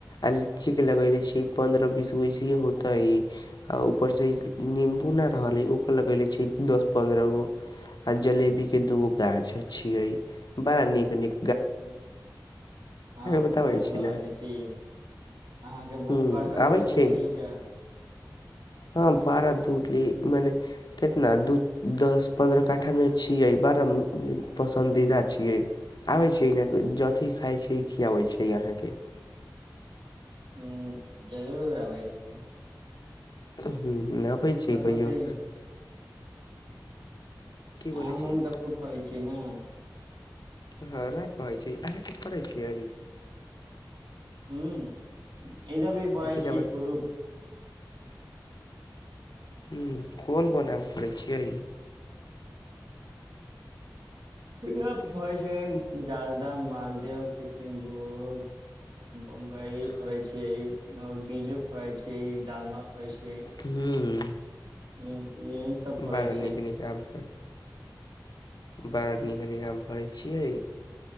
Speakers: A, on the left; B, on the right.
A: आ लीची के लगे रहे छै पन्द्रह बीसोै अयसे होते आ ऊपर से नम्बू न रहले ओकर लगेेले छै दस पंन्द्रह गो आ जलेबी के दूगो गाछ छीिये बड़ा नीक निक
B: हँ
A: बताबै
B: तऽ बहुत
A: छी
B: लगल
A: ने
B: छी अहाँके बहुत
A: ह्म
B: बड़गा
A: आबै
B: बगीचा
A: छियै
B: छीय
A: ने
B: कऽ
A: हँ बारह दू ले मने कितना दू दस पन्द्रह कट्ठामे छियै बड़ा पसन्दीदा छियै आबै छै ई नहि जथी खाइ छी खियाबै छै अहाँके
B: ह जरूर अबै छै
A: ह आबे छै कहयो
B: बतै
A: बोलै
B: आम
A: छियै
B: उम तऽ खूब फड़ै छै ने
A: हँ नहि कहै छी अहाँके फरै छियै
B: हुँ इधर भी फरै
A: तकर
B: छीय
A: बाद
B: खूब
A: हुँ कोन कोन आम फरेय छियै
B: फरै छै जालदाह मालदेव किशमभोग बम्बई फड़ै छियैओर बीजू फड़ै छीयै डालवा फड़ै छीयै
A: हूँ
B: <inaudible>
A: बड़ा
B: छै
A: नीक नीक आम फरै बड़ा नीक नीक आम फरै छियै